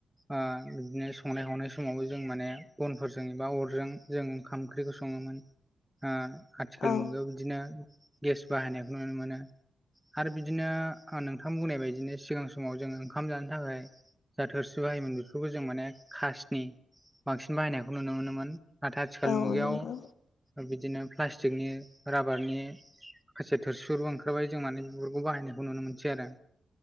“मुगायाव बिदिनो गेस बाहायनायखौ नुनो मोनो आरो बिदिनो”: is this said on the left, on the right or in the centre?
Centre